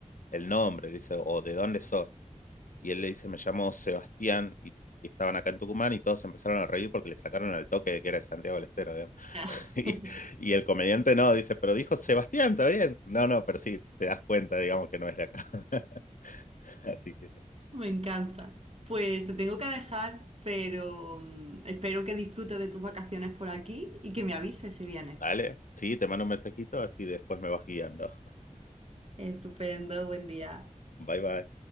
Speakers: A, on the left; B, on the right.
A: el nombre, dice, o de dónde sos. Y él le dice, me llamo Sebastián, y, y estaban acá en Tucumán, y todos empezaron a reír porque le sacaron al toque de que era de Santiago del Estero. ¿eh?
B: <laughs>
A: Y, y el comediante no, dice, pero dijo Sebastián, está bien. No, no, pero sí, te das cuenta, digamos, que no es de acá. <laughs> Así que,
B: Me encanta. Pues te tengo que dejar, pero mm, espero que disfrutes de tus vacaciones por aquí y que me avises si vienes.
A: dale, sí, te mando un mensajito, así después me vas guiando.
B: Estupendo, buen día.
A: Bye, bye.